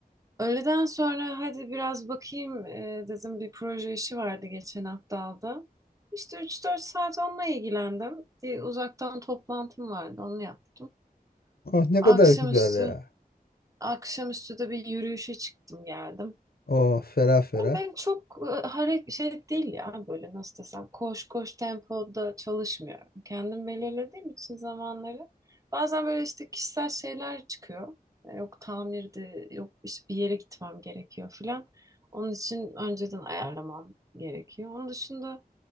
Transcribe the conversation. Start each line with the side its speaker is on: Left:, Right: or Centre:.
Right: Öğleden sonra hadi biraz bakayım e, dedim bir proje işi vardı geçen hafta aldım. İşte üç dört saat onunla ilgilendim. Bir uzaktan toplantım vardı onu yaptım.
Left: Oh, ne
Right: Akşamüstü,
Left: kadar güzel ya.
Right: akşamüstü de bir yürüyüşe çıktım geldim.
Left: Oh ferah ferah.
Right: Ama Ben çok hareket şey değil ya böyle nasıl desem koş koş tempoda çalışmıyorum. Kendim belirlediğim için zamanları bazen böyle işte kişisel şeyler çıkıyor. E, Yok tamirdi, yok işte bir yere gitmem gerekiyor filan. Onun için önceden ayarlamam gerekiyor. Onun dışında